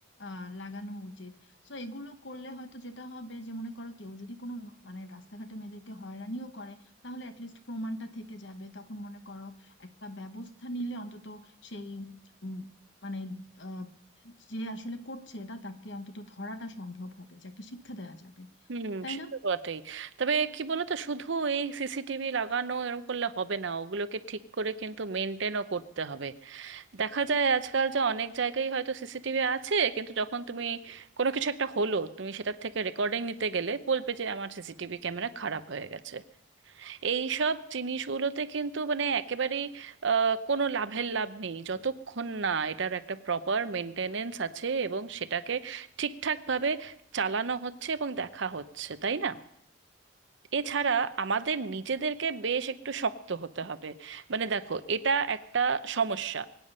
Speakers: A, on the left (about 55°); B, on the right (about 60°).
A: আহ লাগানো উচিত তো এগুলো করলে হয়তো যেটা হবে যে মনে করো কেউ যদি কোনো ন- মানে রাস্তাঘাটে মেয়েদেরকে হয়রানিও করে তাহলে অ্যাটলিস্ট প্রমাণটা থেকে যাবে তখন মনে করো একটা ব্যবস্থা নিলে অন্তত সেই উম, মানে আহ, যে আসলে করছে এটা তাকে অন্তত ধরাটা সম্ভব হবে যে একটা শিক্ষা দেওয়া যাবে
B: হুম
A: তাই
B: সে
A: না
B: তো বটেই তবে কি বলতো শুধু এই সিসিটিভি লাগানো এরকম করলে হবে না ওগুলোকে ঠিক করে কিন্তু মেনটেনও করতে হবে দেখা যায় আজকাল যে অনেক জায়গায় হয়তো সিসিটিভি আছে কিন্তু যখন তুমি কোনো কিছু একটা হলো তুমি সেটার থেকে রেকর্ডিং নিতে গেলে বলবে যে আমার সিসিটিভি ক্যামেরা খারাপ হয়ে গেছে এই সব জিনিসগুলোতে কিন্তু মানে একেবারেই আহ, কোনো লাভের লাভ নেই যতক্ষণ না এটার একটা প্রপার মেনটেনেন্স আছে এবং সেটাকে ঠিকঠাকভাবে চালানো হচ্ছে এবং দেখা হচ্ছে তাই না এছাড়া আমাদের নিজেদেরকে বেশ একটু শক্ত হতে হবে মানে দেখো এটা একটা সমস্যা